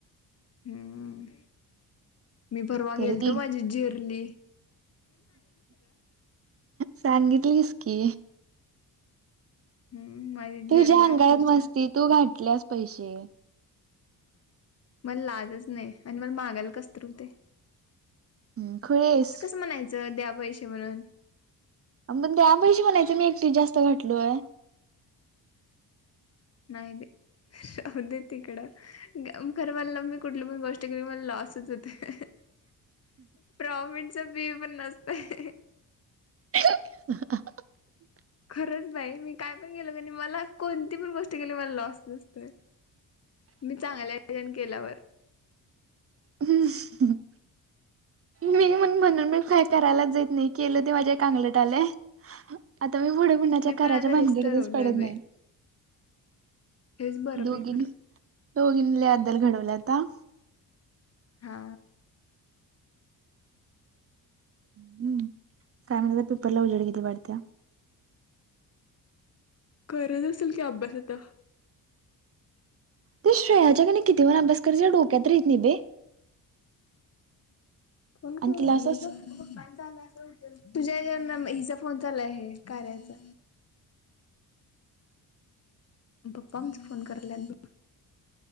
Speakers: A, on the left; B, on the right.
A: हम्म मी पररवा
B: तरी
A: गेलतो
B: बी
A: माझी झेरली
B: सांगितलीस की
A: हम्म माझी
B: तुझ्या
A: जिरल्या
B: अंगात
A: अक्षरशः
B: मस्ती तू घातल्यास पैसे
A: मला लाजच नाही आणि मला मागायला कसत हो ते
B: हम्म खुळेस
A: असं कसं म्हणायचं द्या पैसेे म्हणून
B: बण त्या अ पैशी म्हणायचं मी एकटी जास्त घटलोय
A: नाहीय ब राह दे तिकडं खरं मला मी कुठली पण गोष्ट केली मला लॉसच होते प्रॉमणच बी पण नसतय
B: <unintelligible>
A: खरंच बाई मी काय पण गेलो क मला कोणती पण गोष्ट केली मला लॉस दिसतय
B: <unintelligible>
A: मी चांगल्यान केल्यावर
B: हम मी मण म्हणून मी काय करायलाच जाेत नाही की एल ते माझ्या कांगलंट आलं आता मी पुढ पुण्याच्या
A: मी
B: घराच्या
A: पण आता
B: भानगडीतच
A: हेच ठरवलंय
B: पडत
A: बाई
B: नाही
A: हेच बरं
B: दोघीनी
A: बाई खरं.
B: दोघी अद्दल घडवलं आता
A: हा
B: हम् काय म्हण पेपरला उजड केली वाढत्या
A: कररत असेल कि अभ्यास आता
B: ते श्रेयाच्या क किती वण अभ्यास करायचा डोक्यात राहित नाही बे
A: फोन
B: आणि
A: करू
B: तिला
A: घटले
B: असंच
A: ग तुझ्या हिचा फोन चाला आहे कार्याचा पप्पाचा फोन करलाबग,